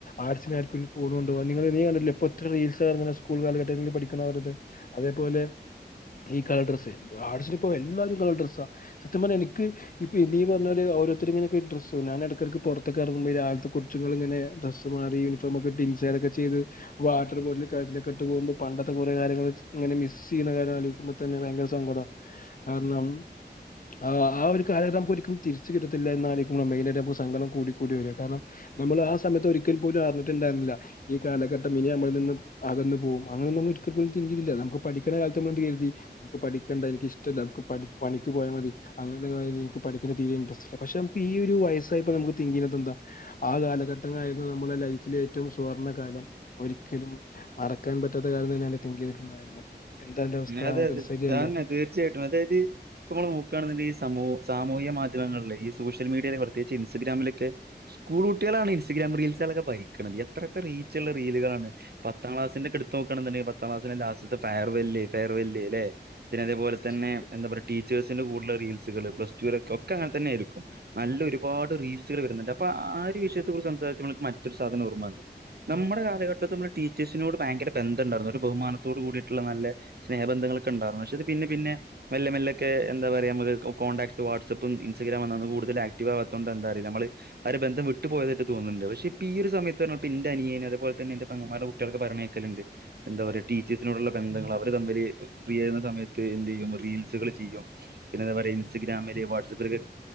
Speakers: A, on the left; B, on the right.
A: ആട്‌സിന് ആർക്കു വേണെങ്കി ഫോൺ കൊണ്ടുപോവാ നിങ്ങള് നീ കണ്ടിട്ടില്ലേ ഒറ്ററീൽസ് ഇറങ്‌ണ സ്കൂൾ കാലഘട്ടത്തില് പഠിക്ണ ഒരിത് അതേപോലെ ഈ കളർ ഡ്രസ്സേ ആട്സിനിപ്പൊ എല്ലാരും കളർ ഡ്രസ്സാ സത്യം പറഞ്ഞ എനിക്ക് ഇപ്പ ഇടീ പറഞ്ഞോര് <unintelligible> ഡ്രസ്സൊ ഞാൻ ഇടക്കക്ക് പുറത്തൊക്കെ ഇറങ്ങു രാവിലത്തെ കൊച്ച്ങ്ങളിങ്ങനെ ഡ്രസ്സ് മാറി യൂണിഫോമൊക്കെയിട്ട് ഇൻസൈഡൊക്കെ ചെയ്ത് വാട്ടർ ബോട്ടില് കഴുത്തിലൊക്കെ ഇട്ട് പോകുമ്പോ പണ്ടത്തെ കുറെ കാര്യങ്ങള് ഇങ്ങനെ മിസ്സ് ചെയ്യണ കാര്യം ആലോചിക്കുമ്പോ തന്നെ ഭയങ്കര സങ്കടാ കാരണം ആ ആ ഒരു കാലഘട്ടം ഒരിക്കലും തിരിച്ച് കിട്ടത്തില്ല എന്നാലോചിക്കുമ്പഴാ മെയ്നായിട്ട് സങ്കടം കൂടി കൂ കൂടി വരാ കാരണം നമ്മള് ആ സമയത്ത് ഒരിക്കൽപോലും അറിഞ്ഞിട്ടുണ്ടായിരുന്നില്ല ഈ കാലഘട്ടം ഇനി നമ്മളിൽ നിന്ന് അകന്നു പോവും അങ്ങനെ നമ്മൾ ഒരിക്കൽ <unintelligible> <unintelligible> ല്ല നമുക്ക് പഠിക്ക്ണ കാലത്ത് നമ്മള് <unintelligible> നമുക്ക് പഠിക്കണ്ട എനിക്ക് ഇഷ്ടല്ല നമുക്ക് പണിക്ക് പോയാ മതി അങ്ങനെ എനിക്ക് പഠിക്കണ്ട തീരെ ഇൻട്രസ്റ്റ് ഇല്ല പക്ഷെ നമുക്ക് ഈ ഒരു വയസ്സായപ്പോ നമുക്ക് തിങ്ക് ചെയ്യാതത് എന്താ ആ കാലഘട്ടങ്ങളായിരുന്നു നമ്മുടെ ലൈഫില് ഏറ്റവും സുവർണ കാലം ഒരിക്കലും മറക്കാൻ പറ്റാത്ത കാര്യം തന്നെ അല്ലെ തിങ്ക് ചെയ്തിട്ടുണ്ടായിരുന്നെ എന്താ അന്റെ അവസ്ഥ?
B: അതെ
A: നിനക്കത്
B: അതെ
A: ശരിയല്ലേ?
B: താനെ തീർച്ചയായിട്ടും അതായത് ഇപ്പൊ നമ്മള് നോക്കാണെങ്കി സമൂ സാമൂഹിക മാധ്യമങ്ങളില് ഈ സോഷ്യൽ മീഡിയയിൽ പ്രത്യേകിച്ച് ഇൻസ്റ്റഗ്രാമിലൊക്കെ സ്കൂൾ കുട്ടികളാണ് ഇൻസ്റ്റഗ്രാം റീൽസുകളൊക്കെ ഭരിക്ക്ണത് എത്ര എത്ര റീച്ച്ള്ള റീലുകളാണ് പത്താം ക്ലാസിൻ്റൊക്കെ എടുത്ത് നോക്കാണ്ന്നുണ്ടെങ്കിൽ പത്താം ക്ലാസിലെ ലാസ്റ്റത്തെ ഫെയർവെല്ല് ഫെയർവെല്ല് ല്ലേ പിന്നെ അതേപോലെ തന്നെ
A: സത്യം.
B: എന്താപറയാ ടീച്ചേഴ്സിന്റെ കൂടെയുള്ള റീൽ പ്ലസ് ടുല് ഒക്കെ അങ്ങനെ തെനെയായിരിക്കും നല്ല ഒരുപാട് റീൽസുകൾ വരുന്ന്ണ്ട് അപ്പൊ ആ ഒരു വിഷയത്തെ കുറിച്ച് സംസാരിച്ചപ്പോൾ എനിക്ക് മറ്റൊരു സാധനം ഓർമ്മവന്നേ നമ്മുടെ കാലഘട്ടത്ത് നമ്മള് ടീച്ചേഴ്സിനോട് ഭയങ്കര ബന്ധം ഉണ്ടായിരുന്നു ഒരു ബഹുമാനത്തോട് കൂടിയിട്ടുള്ള നല്ല സ്നേഹബന്ധങ്ങളൊക്കെണ്ടായിരുന്നു പക്ഷേ പിന്നെ പിന്നെ മെല്ലെ മെല്ലൊക്കെ എന്താ പറയാ നമ്മക്ക് കോൺടാക്റ്റ് വാട്സപ്പും ഇൻസ്റ്റഗ്രാമും വന്നന്ന് കൂടുതൽ ആക്റ്റീവ് ആവാത്തോണ്ടാ എന്താഅറീല നമ്മള് ആ ഒരു ബന്ധം വിട്ട് പോയാതായിട്ട് തോന്ന്ണ്ട് പക്ഷെ ഇപ്പ ഈ ഒരു സമയത്ത് ഇന്റെ അനിയന് അതുപോലെതന്നെ എന്റെ പെങ്ങന്മാരെ കുട്ടികളൊക്കെ പറിഞാഹ് കേക്കല്ണ്ട് എന്താ പറയാ ടീച്ചേസിനോടുള്ള ബന്ധങ്ങള് അവ <unintelligible> ഫ്രീ ആവുന്ന സമയത്ത് എന്ത്യ്യും റീൽസുകൾ ചെയ്യും പിന്നെന്താ പറയാ ഇൻസ്റ്റഗ്രാമില് വാട്സആപ്പില്